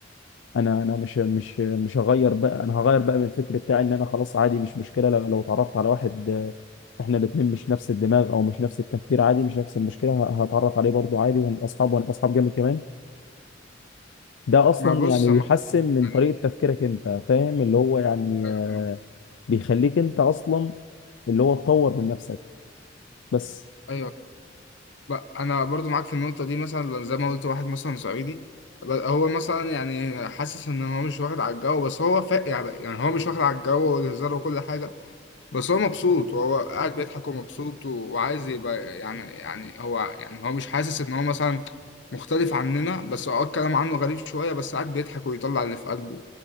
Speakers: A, on the left; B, on the left.
A: انا انا مش مش مش هغير بقى انا هغير بقى من الفكر بتاعي ان انا خلاص عادي مش مشكله لو لو اتعرفت على واحد آه، احنا الاثنين مش نفس الدماغ او مش نفس التفكير عادي مش نفس المشكله ه- هتعرف عليه برضه عادي وهنبقى اصحاب وهنبقى اصحاب جامد كمان ده اصلا
B: ما بص
A: يعني
B: ما
A: بيحسن من
B: يعني
A: طريقه تفكيرك انت فاهم اللي هو يعني
B: أيوه
A: آه،
B: فاهم
A: بيخليك انت اصلا اللي هو تطور من نفسك بس
B: أيوه بقى أنا برضو معاك في النقطة دي مثلا زي ما قلت واحد مثلا صعيدي ب- هو مثلا يعني حاسس إن هو مش واخد على الجو بس هو فا يعني يعني هو مش واخد على الجو والهزار وكل حاجة بس هو مبسوط وهو قاعد بيضحك ومبسوط و- وعايز يبقى يعني يعني هو يعني هو مش حاسس ان هو مثلا مختلف عننا بس اه الكلام عنه غريب شوية بس قاعد بيضحك ويطلع اللي في قلبه